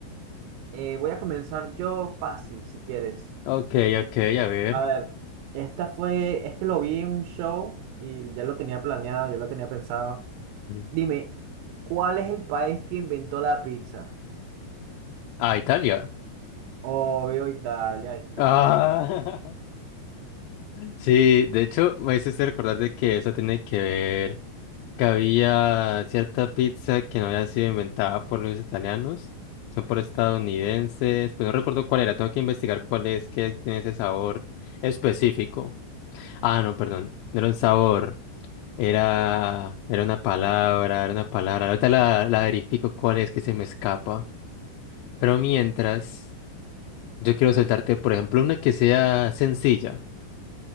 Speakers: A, on the right; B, on the left.
A: Eh, voy a comenzar yo fácil, si quieres.
B: Ok, ok, a ver.
A: A ver, esta fue, es que lo vi en un show y ya lo tenía planeado, ya lo tenía pensado.
B: Ujú.
A: Dime, ¿cuál es el país que inventó la pizza?
B: Ah, Italia.
A: Obvio, Italia, ahí está,
B: Ah.
A: ¿ves?
B: <laughs> Sí, de hecho, me hiciste recordar de que eso tiene que ver que había cierta pizza que no había sido inventada por los italianos, son por estadounidenses, pero no recuerdo cuál era, tengo que investigar cuál es, que tiene ese sabor específico. Ah, no, perdón, no era un sabor, era, era una palabra, era una palabra. Ahorita la, la verifico cuál es que se me escapa. Pero mientras, yo quiero soltarte, por ejemplo, una que sea sencilla.